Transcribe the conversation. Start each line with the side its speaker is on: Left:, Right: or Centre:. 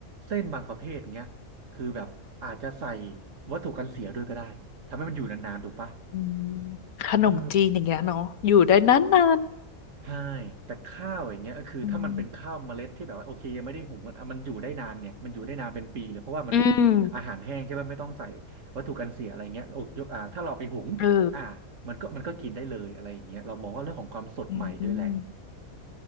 Right: เส้นบางประเภทเนี้ยคือแบบอาจจะใส่วัตถุกันเสียด้วยก็ได้ทำให้มันอยู่นานๆถูกปะ
Left: อืมขนมจีนอย่างเงี้ยเนาะอยู่ได้นานนาน
Right: เออ ใช่แต่ข้าวอย่างเงี้ยก็คือถ้ามันเป็นข้าวเมล็ดที่แบบว่าโอเคยังไม่ได้หุงอ่ะมันอยู่ได้นานไงมันอยู่ได้นานเป็นปีเลยเพราะว่ามันเป็นอาหารแห้งใช่ไหมไม่ต้องใส่
Left: อืมอืม
Right: วัตถุกันเสียอะไรเงี้ยโอ้ยกอ่าถ้าเราไปหุงอ่ามันก็มันก็กินได้เลยอะไรอย่างเงี้ยเรามองว่าเรื่องของความสดใหม่ด้วยแหละ
Left: เอออืม